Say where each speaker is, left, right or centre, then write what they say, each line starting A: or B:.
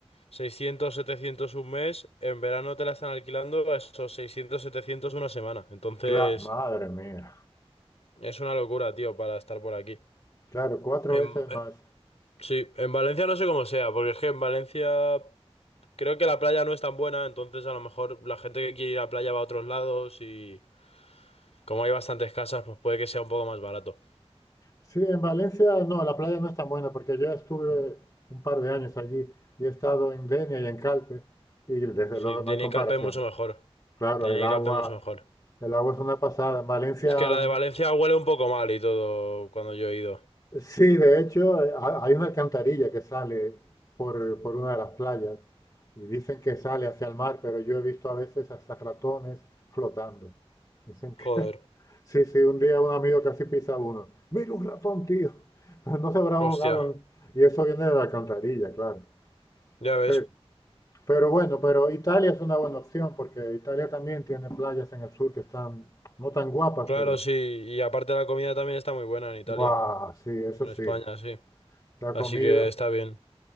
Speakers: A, on the left; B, on the left.
A: 600, 700 un mes, en verano te la están alquilando a esos 600, 700 una semana. Entonces,
B: cla- madre mía.
A: es una locura, tío, para estar por aquí.
B: Claro, cuatro
A: En-
B: veces
A: eh,
B: más.
A: sí, en Valencia no sé cómo sea, porque es que en Valencia creo que la playa no es tan buena, entonces a lo mejor la gente que quiere ir a la playa va a otros lados y como hay bastantes casas, pues puede que sea un poco más barato.
B: Sí, en Valencia no, la playa no es tan buena porque yo estuve un par de años allí y he estado en Denia y en Calpe y desde
A: Sí,
B: luego
A: de
B: no hay
A: Nicalpe
B: comparación.
A: mucho mejor.
B: Claro,
A: De
B: el
A: Nicalpe
B: agua,
A: mucho mejor.
B: el agua es una pasada. En Valencia
A: Es que la de Valencia huele un poco mal y todo cuando yo he ido.
B: Sí, de hecho, eh, ha- hay una alcantarilla que sale por, por una de las playas y dicen que sale hacia el mar, pero yo he visto a veces hasta ratones flotando. Dicen que,
A: Joder.
B: <laughs> sí, sí, un día un amigo casi pisa uno. Mira un ratón, tío. <laughs> No se habrá ahogado.
A: Hostia,
B: en- Y eso viene de la alcantarilla, claro.
A: ya ves.
B: Pero, pero bueno, pero Italia es una buena opción porque Italia también tiene playas en el sur que están no tan guapas,
A: Claro,
B: pero
A: sí. Y aparte la comida también está muy buena en Italia,
B: guau, sí,
A: como
B: eso
A: en
B: sí.
A: España, sí.
B: La
A: Así
B: comida,
A: que está bien.